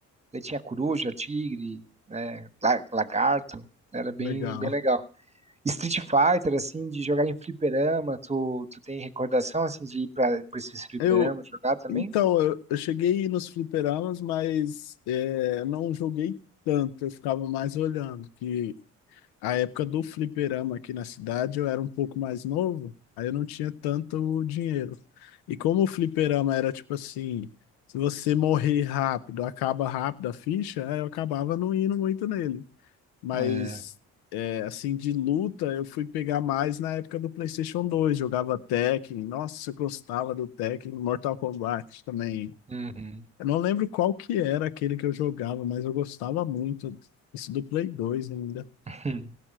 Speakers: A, on the right; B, on the left.
A: Daí tinha coruja, tigre, né? la- Lagarto. Era bem,
B: legal.
A: bem legal. Street Fighter, assim, de jogar em fliperama, tu, tu tem recordação, assim, de ir pra, pra esses fliperama
B: Eu,
A: jogar também?
B: Então, eu, eu cheguei nos fliperamas, mas é, não joguei tanto, eu ficava mais olhando, que a época do fliperama aqui na cidade eu era um pouco mais novo, aí eu não tinha tanto dinheiro. E como o fliperama era tipo assim, se você morrer rápido, acaba rápido a ficha, aí eu acabava não indo muito nele. Mas,
A: É.
B: é, assim, de luta, eu fui pegar mais na época do PlayStation 2, jogava Tekken, nossa, eu gostava do Tekken, Mortal Kombat também
A: Uhum.
B: eu não lembro qual que era aquele que eu jogava, mas eu gostava muito. Isso do Play 2 ainda.
A: <laughs> Hum.